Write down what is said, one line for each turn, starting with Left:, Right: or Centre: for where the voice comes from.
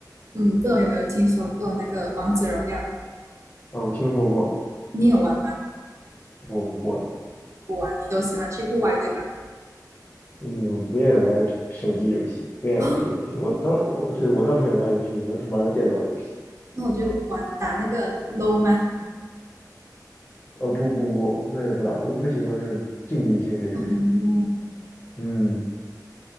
Right: 嗯，不知道有没有听说过那个王者荣耀？
Left: 啊，我听说过，
Right: 你有玩吗？
Left: 我不玩，
Right: 不玩，你都喜欢去户外对吧？
Left: 嗯，我不愿意玩手机游戏，不愿意玩这个游戏。
Right: <laughs> 哦，
Left: 我倒我对我倒是也玩游戏，都是玩电脑游戏。
Right: 那我就玩打那个 LO 吗？
Left: 呃，不不不，那也不打，我不喜欢这种竞技性的游戏。
Right: 嗯，
Left: 嗯，